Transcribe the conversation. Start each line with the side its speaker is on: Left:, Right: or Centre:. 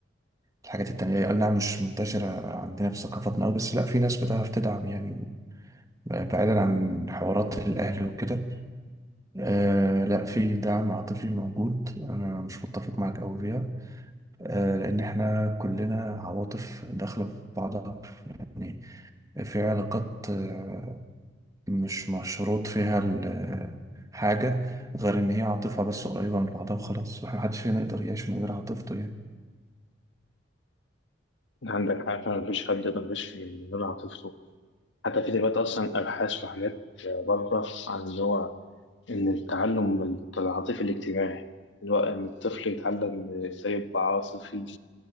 Right: الحاجات التانية أي نعم مش منتشرة عندنا في ثقافتنا أوي بس لأ في ناس بتعرف تدعم يعني بعيدا عن حوارات الأهل وكده آه لأ في دعم عاطفي موجود أنا مش متفق معاك أوي فيها آه لأن إحنا كلنا عواطف داخلة في بعضها يعني في علاقات آه، مش مشروط فيها ال- آه، حاجة غير إن هي عاطفة بس قريبة من بعضها وخلاص محدش فينا يقدر يعيش من غير عاطفته يعني
Left: عندك حق فعلا مفيش حد يقدر يعيش من غير عاطفته حتى في دلوقتي أصلا أبحاث وحاجات آه، بره عن اللي هو إن التعلم العاطفي الاجتماعي اللي هو إن الطفل يتعلم إزاي يبقى عاطفي